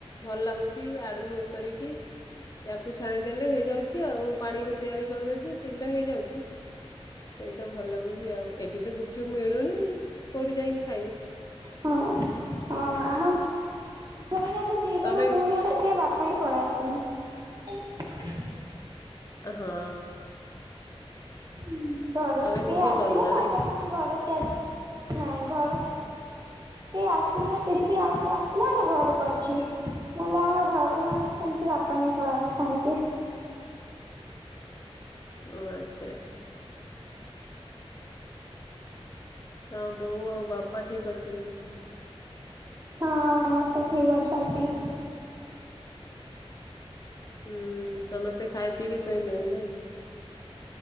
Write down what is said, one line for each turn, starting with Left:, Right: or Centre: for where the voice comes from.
Left: ଭଲ ଲାଗୁଛି ଆଡୁ ଇଏ କରିକି। ୟାକୁ ଛାଣିଦେଲେ ହେଇଯାଉଛି ଆଉ ପାଣିକୁ ତିଆରି କରିଦଉଛି ଶୀଘ୍ର ହେଇଯାଉଛି। ସେଇଟା ଭଲ ଲାଗୁଛି ଆଉ ଏଠି ତ ଗୁପଚୁପ୍ ମିଳୁନି କୋଉଠି ଯାଇକି ଖାଇବୁ।
Right: ହଁ ହଁ ଆମ ଘରେ ଆମେ ଦି ଜଣ
Left: ତମେ
Right: ମୁୁଣି <unintelligible> ବାପା ନେଇ ପଳେଇ ଆସିବେ।
Left: ଅ ହଁ।
Right: ହୁଁ ଘରକୁ
Left: ତମେ
Right: କେହି
Left: ନିଜେ
Right: ଆସିଲେ
Left: କରୁନା
Right: ତାପରେ
Left: ନାଇଁ
Right: ଆମେ ଘରେ ତିଆରି ନାଇଁ ଘର ଆ କେ ଆସିଲେ କିଡ଼ିକି ଆଉ କିଏ ଆସିଲେ ଆମେ ଘରେ କରୁଛୁ ନହେଲେ ଆମେ ଘରେ ନହେଲେ ସେମିତି ବାପା ନେଇ ପଳେଇ ଆସିଥାନ୍ତି।
Left: ଅଁ ଆଚ୍ଛା ଆଚ୍ଛା। ତମ୍ ବୋଉ ଆଉ ବାପା ଠିକ୍ ଅଛନ୍ତି?
Right: ହଁ ସମସ୍ତେ ଠିକ୍ ଅଛନ୍ତି।
Left: ହୁଁ ସମସ୍ତେ ଖାଇ ପିଇକି ଶୋଇଲେଣି ନାଇଁ।